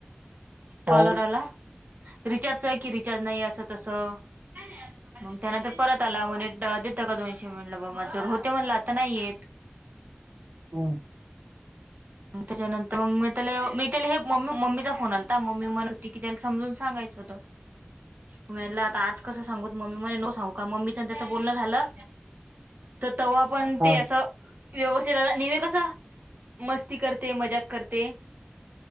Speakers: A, on the right; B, on the right.
A: काय
B: कॉलर
A: माहित?
B: आला. रिचार्जचय की रिचार्ज नाई असं तसं. मंग त्यानंतर परत आला म्हणे ड देता का दोनशे म्हटलं बा म ज जवड होते म्हणलं आता नाईयेत.
A: हम.
B: म त्याच्यानंतर मंग मी त्याले मी त्याले हे मम् मम्मीचा फोन आलाता मम्मी म्हण होती की त्याला समजून सांगायचं होतं. म यानला आता आज कसं सांगुत मम्मी म्हणे न सांगू का मम्मीचन त्याच बोलणं झालं. त तवा पण
A: हा,
B: ते असं व्यवस्थित आता नेहमी कसं मस्त ती करते मजाक करते